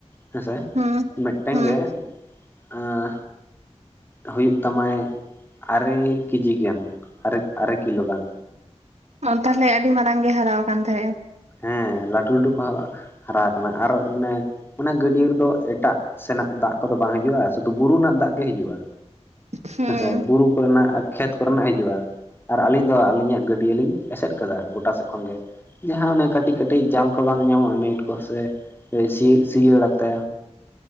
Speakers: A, on the left; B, on the right.
A: ᱦᱮᱸᱥᱮ
B: ᱦᱩᱸ
A: ᱢᱮᱫᱴᱮᱝ
B: ᱦᱩᱸ
A: ᱜᱮ ᱟᱸᱼᱼ ᱦᱩᱭᱩᱜ ᱛᱟᱢᱟᱭ ᱟᱨᱮ ᱠᱮᱡᱤ ᱜᱟᱱ ᱟᱨᱮ ᱟᱨᱮ ᱠᱤᱞᱳ ᱜᱟᱱ᱾
B: ᱚ ᱛᱟᱦᱚᱞᱮ ᱟᱹᱰᱤ ᱢᱟᱨᱟᱝ ᱜᱮ ᱦᱟᱨᱟ ᱟᱠᱟᱱ ᱛᱟᱦᱮᱸᱫᱼᱟ᱾
A: ᱦᱮᱸ ᱞᱟᱹᱴᱩ ᱞᱟᱹᱴᱩ ᱠᱚ ᱦᱟᱨᱟ ᱟᱠᱟᱱᱟ ᱟᱨ ᱢᱟᱱᱮᱼᱼ ᱚᱱᱟ ᱜᱟᱹᱰᱭᱟᱹ ᱨᱮᱫᱚ ᱮᱴᱟᱜ ᱥᱮᱱᱟᱜ ᱫᱟᱜ ᱠᱚᱫᱚ ᱵᱟᱝ ᱦᱤᱡᱩᱜᱼᱟ ᱥᱩᱫᱷᱩ ᱵᱩᱨᱩ ᱨᱮᱱᱟᱜ ᱫᱟᱜ ᱜᱮ ᱦᱤᱡᱩᱜᱼᱟ᱾
B: ᱦᱩᱸ
A: ᱦᱮᱸᱥᱮ ᱵᱩᱨᱩ ᱠᱚᱨᱮᱱᱟᱜ ᱠᱷᱮᱛ ᱠᱚᱨᱮᱱᱟᱜ ᱦᱤᱡᱩᱜᱼᱟ᱾ ᱟᱨ ᱟᱹᱞᱤᱧ ᱫᱚ ᱟᱹᱞᱤᱧᱟᱜ ᱜᱟᱹᱰᱭᱟᱹ ᱞᱤᱧ ᱮᱥᱮᱫ ᱠᱟᱫᱟ ᱜᱚᱴᱟ ᱥᱮᱫ ᱠᱷᱚᱱ ᱜᱮ ᱡᱟᱦᱟᱸ ᱚᱱᱮᱼᱼ ᱠᱟᱹᱴᱤᱡ ᱠᱟᱹᱴᱤᱡ ᱡᱟᱞ ᱠᱚ ᱵᱟᱝ ᱧᱟᱢᱚᱜᱼᱟ ᱱᱮᱹᱴ ᱠᱚ ᱥᱮ <unintelligible> ᱥᱤᱭᱟᱲᱟᱛᱮᱼᱼ